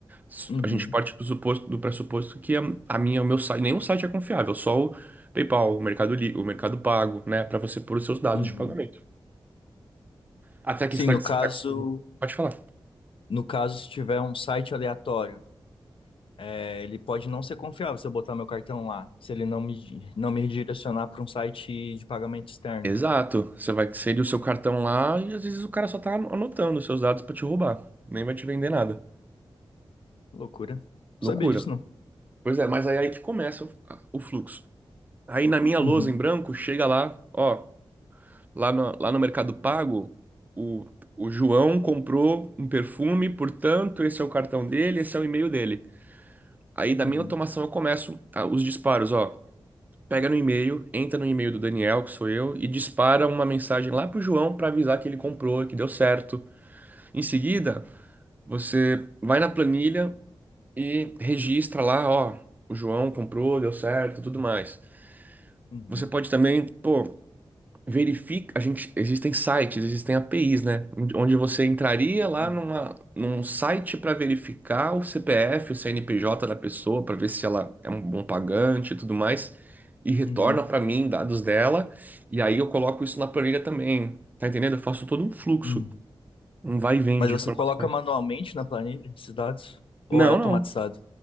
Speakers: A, on the right (about 20°); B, on the left (about 70°).
A: S-
B: Uhum.
A: A gente parte do suposto, do pressuposto que a, a minha, o meu site, nenhum site é confiável, só o PayPal, o Mercado Li, o Mercado Pago, né? Para você pôr os seus dados
B: Uhum.
A: de pagamento. Até aqui
B: Sim,
A: você
B: no
A: tá, você
B: caso.
A: tá conseguindo. Pode falar.
B: No caso, se tiver um site aleatório, é, ele pode não ser confiável se eu botar meu cartão lá, se ele não me, não me redirecionar para um site de pagamento externo.
A: Exato. Você vai inserir o seu cartão lá e às vezes o cara só tá anotando os seus dados para te roubar. Nem vai te vender nada.
B: Loucura. Não
A: Loucura.
B: sabia disso, não.
A: Pois é, mas aí, aí que começa o o fluxo. Aí na minha
B: Uhum,
A: lousa em branco, chega lá, ó, Lá no, lá no Mercado Pago, o, o João comprou um perfume, portanto, esse é o cartão dele, esse é o e-mail dele. Aí da
B: uhum,
A: minha automação eu começo ah, os disparos, ó. Pega no e-mail, entra no e-mail do Daniel, que sou eu, e dispara uma mensagem lá pro João para avisar que ele comprou, que deu certo. Em seguida, você vai na planilha e registra lá, ó, o João comprou, deu certo, tudo mais.
B: uhum,
A: Você pode também, pô, verifica, a gente, existem sites, existem APIs, né? Onde você entraria lá
B: uhum,
A: numa, num site para verificar o CPF, o CNPJ da pessoa, para ver se ela é um bom pagante e tudo mais, e retorna
B: uhum,
A: para mim dados dela, e aí eu coloco isso na planilha também. Tá entendendo? Eu faço todo um fluxo,
B: uhum.
A: um vai e vem
B: Mas
A: de
B: você
A: informações.
B: coloca manualmente na planilha esses dados? Ou
A: Não,
B: é automatizado?
A: não.